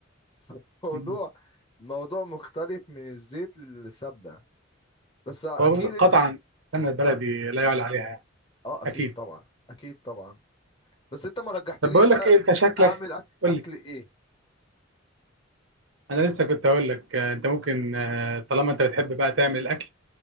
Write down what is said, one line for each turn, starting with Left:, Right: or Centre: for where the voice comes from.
Left: <laughs> الموضوع
Right: مم.
Left: الموضوع مختلف من الزيت للسبنه بس اكيد
Right: هو بص- قطعا السمنة البلدي
Left: اه
Right: لا يعلى عليها يعني
Left: اه اكيد
Right: أكيد
Left: طبعا اكيد طبعا بس انت ما رجحتليش
Right: طب بقول
Left: بقى
Right: لك إيه أنت شكلك
Left: اعمل اكل
Right: قول
Left: اكل
Right: لي
Left: ايه
Right: أنا لسه كنت أقول لك آه، أنت ممكن آه، طالما أنت بتحب بقى تعمل الأكل